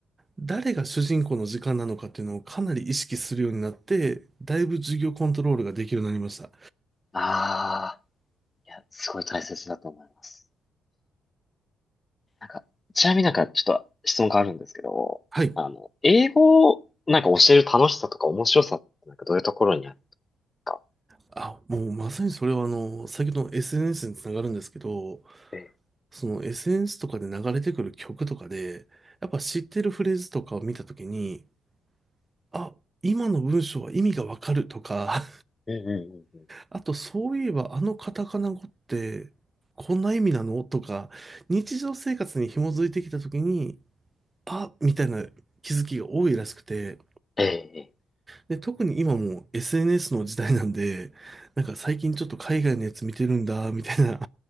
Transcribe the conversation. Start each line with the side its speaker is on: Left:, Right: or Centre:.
Right: 誰が主人公の時間なのかっていうのをかなり意識するようになって、だいぶ授業コントロールができるようになりました。
Left: ああ、いや、すごい大切だと思います。なんか、ちなみになんかちょっと質問があるんですけど、
Right: はい。
Left: あの、英語をなんか教える楽しさとか面白さってなんかどういうところにあるんですか
Right: あ、もうまさにそれはあの、先ほどの SNS につながるんですけど、
Left: ええ
Right: その SNS とかで流れてくる曲とかで、やっぱ知ってるフレーズとかを見たときに、あ、今の文章は意味がわかるとか、
Left: うんうんうんうん。
Right: あと、そういえば、あのカタカナ語って、こんな意味なのとか、日常生活に紐づいてきたときに、あ、みたいな気づきが多いらしくて、
Left: ええ
Right: で、特に今もう SNS の時代なんで、なんか最近ちょっと海外のやつ見てるんだ、みたいな